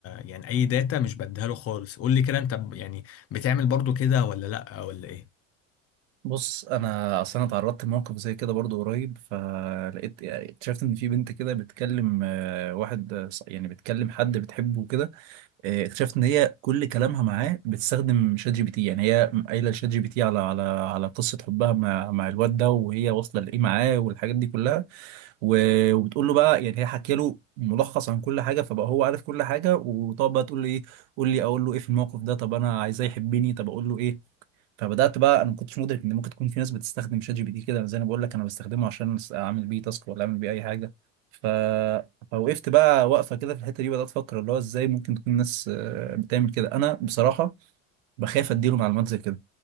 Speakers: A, on the left; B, on the right.
A: يعني اي داتا مش بديها له خالص قول لي كده انت ب- يعني بتعمل برضو كده ولا لا ولا ايه
B: بص انا اصلا اتعرضت لموقف زي كده برضو قريب فلقيت يعني اكتشفت ان في بنت كده بتكلم آه، واحد آه، ص- يعني بتكلم حد بتحبه كده آه، اكتشفت ان هي كل كلامها معاه بتستخدم شات جي بي تي يعني هي قايله لشات جي بي تي على على على قصه حبها مع مع الواد ده وهي واصله لايه معاه والحاجات دي كلها و- وبتقول له بقى يعني هي حكي له ملخص عن كل حاجه فبقى هو عارف كل حاجه وطب بقى تقول له ايه قول لي اقول له ايه في الموقف ده طب انا عايزاه يحبني طب اقول له ايه فبدات بقى انا ما كنتش مدرك ان ممكن تكون في ناس بتستخدم شات جي بي تي كده زي انا بقول لك انا بستخدمه عشان اعمل بيه تاسك ولا اعمل بيه اي حاجه ف... فوقفت بقى واقفه كده في الحته دي بدات افكر اللي هو ازاي ممكن تكون الناس آه، بتعمل كده انا بصراحه بخاف اديله معلومات زي كده